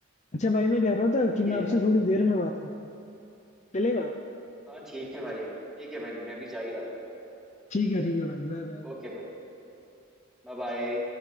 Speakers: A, on the left; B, in the centre.
A: अच्छा भाई मैं कह रहा था
B: सही
A: कि मैं
B: है
A: आपसे
B: यार
A: थोड़ी देर में बात करता हूँ चलेगा
B: हाँ ठीक है भाई ठीक है भाई मैं भी जा ही रहा था काम पे
A: ठीक है ठीक है भाई बाय बाय
B: ओके भाई Bye bye